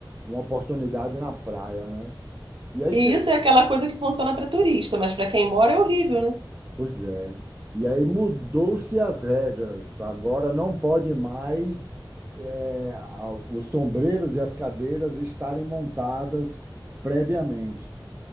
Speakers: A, on the right; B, on the right.
A: uma oportunidade na praia, né? E aí,
B: E
A: tira...
B: isso é aquela coisa que funciona para turista, mas para quem mora é horrível, né?
A: pois é. E aí mudou-se as regras. Agora não pode mais é, a- os sombreiros e as cadeiras estarem montadas previamente.